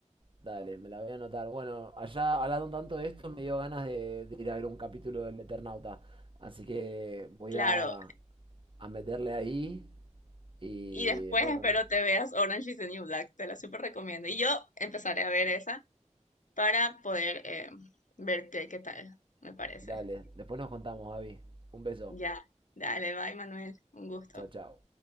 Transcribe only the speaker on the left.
Claro,
y después
espero te veas Orange is the New Black, te la súper recomiendo. Y yo empezaré a ver esa para poder eh, ver qué, qué tal, me parece.
Ya, dale, bye Manuel, un gusto.